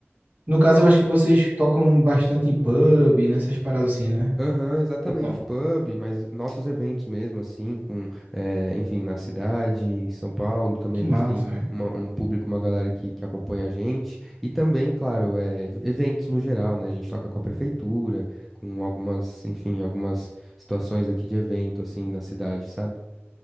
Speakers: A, on the right; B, in the centre.
A: No caso, eu acho que vocês tocam bastante em pub, nessas paradas assim, né?
B: Aham, exatamente,
A: Ou não?
B: pub, mas nossos eventos mesmo, assim, com, eh, enfim, na cidade, em São Paulo, também
A: Que
B: a
A: massa,
B: gente tem
A: velho.
B: uma- um público, uma galera que, que acompanha a gente, e também, claro, eh, eventos no geral, né, a gente toca com a prefeitura, com algumas, enfim, algumas situações aqui de evento, assim, da cidade, sabe?